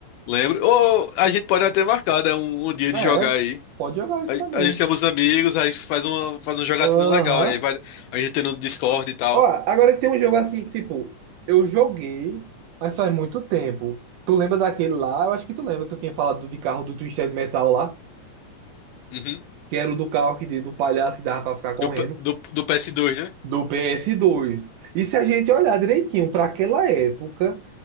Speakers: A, on the left (about 85°); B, on the right (about 80°).
A: Lembro. Ou a gente pode até marcar, né? Um, um dia de
B: É,
A: jogar aí.
B: pode jogar isso também.
A: A, a gente chama os amigos, aí faz uma, faz um jogatinho
B: Aham.
A: legal. Aí vai, a gente tem no Discord e tal.
B: Ó, agora tem um jogo assim que, tipo, eu joguei, mas faz muito tempo. Tu lembra daquele lá? Eu acho que tu lembra, tu tinha falado do de carro do Twisted Metal lá,
A: Uhum.
B: que era o do carro que tinha do palhaço que dava pra ficar correndo,
A: Do, P- do, do PS2, né?
B: do ps dois E se a gente olhar direitinho, pra aquela época,